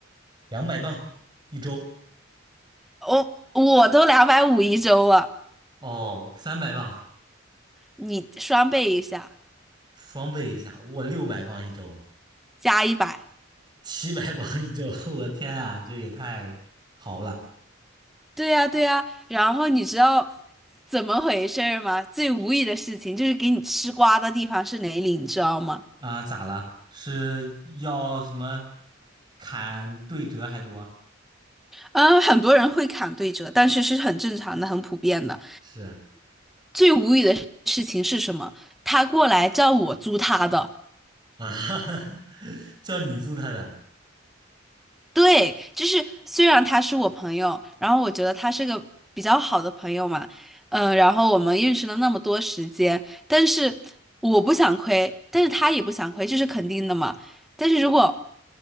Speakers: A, on the right; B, in the centre.
A: 两百磅一周，
B: 我、我都两百五一周了，
A: 哦，三百磅。
B: 你双倍一下。
A: 双倍一下，我六百磅一周啊，
B: 加一百。
A: 七百磅一周，<laughs> 我天啊，这也太豪了
B: 对呀，对呀。然后你知道怎么回事儿吗？最无语的事情就是给你吃瓜的地方是哪里，你知道吗？
A: 啊！咋了？是要什么砍对折还多？
B: 嗯，很多人会砍对折，但是是很正常的、很普遍的。
A: 是啊，
B: 最无语的事情是什么？他过来叫我租他的。
A: 啊 <laughs> 叫你租他的？
B: 对，就是虽然他是我朋友，然后我觉得他是个比较好的朋友嘛，嗯，然后我们认识了那么多时间，但是我不想亏，但是他也不想亏，这是肯定的嘛。但是如果